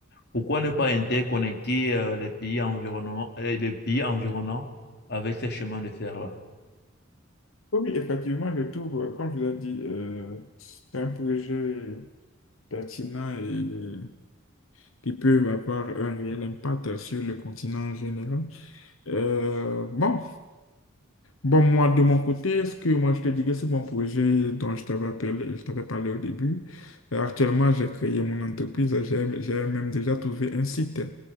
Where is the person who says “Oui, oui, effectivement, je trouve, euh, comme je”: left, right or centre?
Left